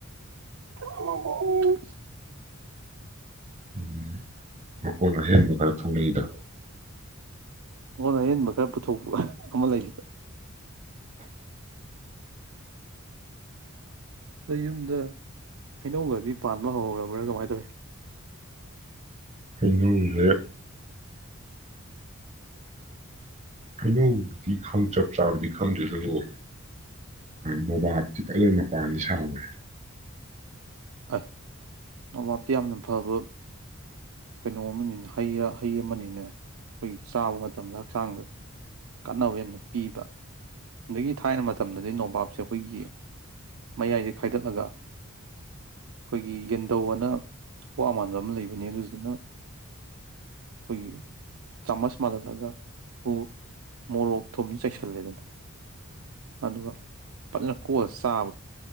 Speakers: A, on the right; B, on the right.
A: ꯎꯝ
B: ꯎꯝ ꯃꯈꯣꯟꯅ ꯑꯍꯦꯟꯕ ꯈꯔ ꯊꯨꯡꯂꯛꯏꯗ
A: ꯃꯉꯣꯟ ꯑꯍꯦꯟꯕ ꯈꯔ ꯄꯨꯊꯣꯛꯄ ꯑꯃ ꯂꯩꯁꯤꯗ ꯑꯗ ꯌꯨꯝꯗ ꯍꯩꯅꯧꯒꯗꯤ ꯄꯥꯟꯕ ꯍꯧꯔꯕ꯭ꯔꯥ ꯀꯃꯥꯏꯅ ꯇꯧꯏꯤ
B: ꯑꯩꯅꯧꯁꯦ ꯑꯩꯅꯧꯕꯨꯗꯤ ꯆꯞ ꯆꯥꯕꯗꯤ ꯈꯪꯗꯦ ꯑꯗꯨꯕꯨ ꯃꯣꯕꯥꯞꯇꯤ ꯐꯖꯅ ꯃꯄꯥꯟꯗꯤ ꯁꯥꯎꯋꯦ
A: ꯑ ꯑꯕꯥꯇ ꯌꯥꯝꯅ ꯐꯕ ꯀꯩꯅꯣ ꯑꯃꯅꯤꯅꯦ ꯍꯩ ꯍꯩ ꯑꯃꯅꯤꯅꯦ ꯑꯩꯈꯣꯏ ꯆꯥꯕ ꯃꯇꯝꯗ ꯍꯛꯆꯥꯡꯗ ꯀꯥꯟꯅꯕ ꯌꯥꯝꯅ ꯄꯤꯕ ꯑꯗꯒꯤ ꯊꯥꯏꯅ ꯃꯇꯝꯗꯗꯤ ꯅꯣꯝꯕꯥꯞꯁꯦ ꯑꯩꯈꯣꯏꯒꯤ ꯃꯌꯥꯏꯁꯦ ꯈꯥꯏꯗꯠꯂꯒ ꯑꯩꯈꯣꯏꯒꯤ ꯌꯦꯟꯗꯧ ꯑꯅ ꯋꯥ ꯃꯥꯟꯕ ꯑꯃ ꯂꯩꯕꯅꯦ ꯑꯗꯨꯗꯨꯅ ꯑꯣꯈꯣꯏꯒꯤ ꯆꯥꯃꯁ ꯃꯥꯜꯍꯜꯂꯒ ꯎ ꯃꯣꯔꯣꯛ ꯊꯨꯝꯅ ꯆꯩꯁꯜꯂꯦꯗꯅ ꯑꯗꯨꯒ ꯐꯖꯅ ꯀꯣꯑꯂ ꯆꯥꯕ